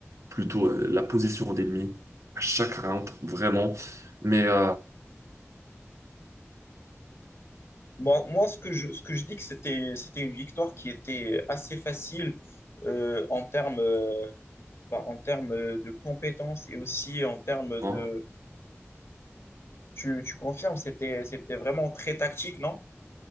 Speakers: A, on the right; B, on the left.
A: plutôt euh, la position d'ennemi à chaque round, vraiment. Mais euh,
B: Moi, moi, ce que je, ce que je dis que c'était, c'était une victoire qui était assez facile euh, en termes, euh, bah, en termes de compétences et aussi en termes de...
A: hein.
B: Tu, tu confirmes, c'était, c'était vraiment très tactique, non?